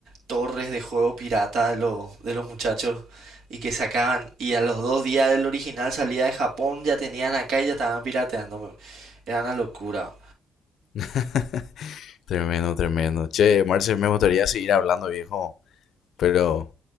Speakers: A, on the right (about 80°); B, on the left (about 75°).
A: torres de juego pirata de, los de los muchachos y que sacaban. Y a los dos días el original salía de Japón, ya tenían acá y ya estaban pirateando. me- Era una locura.
B: <laughs> Tremendo, tremendo. Che, Marce, me gustaría seguir hablando, viejo, pero